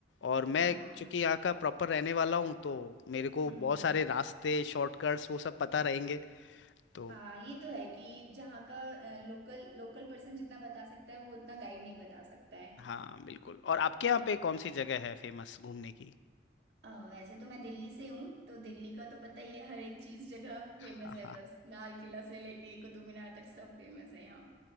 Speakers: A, on the left (about 85°); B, on the right (about 75°).
A: और मैं
B: हाँ हाँ हाँ
A: चूंकि
B: हम्म
A: यहाँ का प्रॉपर रहने वाला हूँ तो मेरे को
B: हम्म
A: बहुत सारे रास्ते शॉर्टकट्स वो सब पता रहेंगे तो
B: हाँ ये तो है कि जहाँ का लोकल लोकल पर्सन जितना बता सकता है वो उतना गाइड नहीं बता सकता है
A: हाँ बिल्कुल और आपके यहाँ
B: ये
A: पे कौन सी जगह है फेमस घूमने की
B: अ, वैसे तो मैं दिल्ली से हूँ तो दिल्ली का तो पता ही है हर एक चीज जगह
A: हाँ
B: फेमस है
A: हाँ
B: बस लाल किला से लेके कुतुब मीनार तक सब फेमस है यहाँ